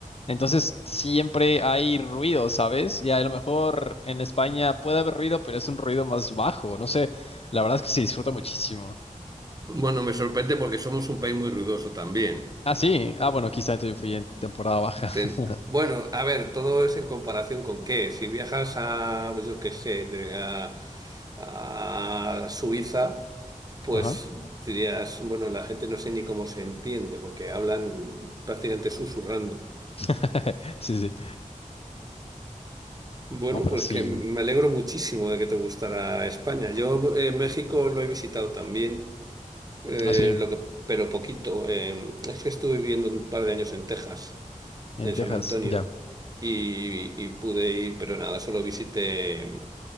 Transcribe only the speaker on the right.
Bueno, me sorprende porque somos un país muy ruidoso también.
Ten- Bueno, a ver, todo es en comparación con qué. Si viajas a, pues yo qué sé, de- a a Suiza. Pues
dirías, bueno, la gente no sé ni cómo se entiende, porque hablan prácticamente susurrando.
Bueno,
pues
que me alegro muchísimo de que te gustara España. Yo eh, México lo he visitado también, eh,
lo que, pero poquito. Eh, es que estuve viviendo un par de años en Texas,
en
San Antonio,
y, y pude ir, pero nada, solo visité